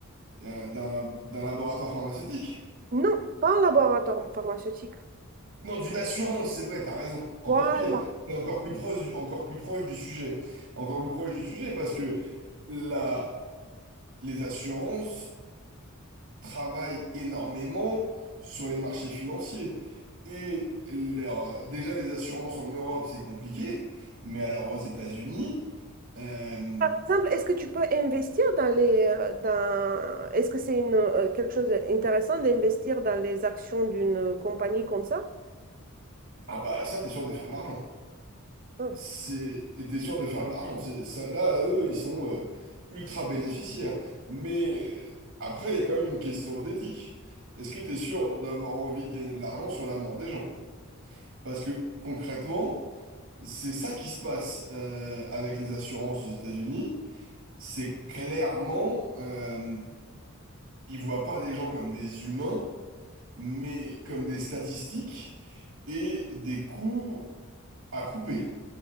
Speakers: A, on the right; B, on the right.
A: euh, d'un d'un laboratoire pharmaceutique.
B: Non, pas un laboratoire pharmaceutique.
A: Non, d'une assurance, c'est vrai, t'as raison. Encore
B: Voilà.
A: pire, c'est encore plus proche du, encore plus proche du sujet, encore plus proche du sujet parce que la les assurances travaillent énormément sur les marchés financiers. Et leur- euh, déjà, les assurances en Europe, c'est compliqué, mais alors aux États-Unis, euh,
B: Par exemple, est-ce que tu peux investir dans les, euh, dans, est-ce que c'est une, euh, quelque chose d'intéressant d'investir dans les actions d'une euh, compagnie comme ça?
A: ah bah ça, t'es sûr de faire de l'argent.
B: Hum.
A: C'est, et t'es sûr de faire de l'argent. C'est, ça, là, eux, ils sont euh, ultra bénéficiaires. Mais après, il y a quand même une question d'éthique. Est-ce que t'es sûr d'avoir envie de gagner de l'argent sur la mort des gens? Parce que concrètement, c'est ça qui se passe euh, avec les assurances aux États-Unis. c'est clairement, euh, ils voient pas des gens comme des humains, mais comme des statistiques et des coûts à couper.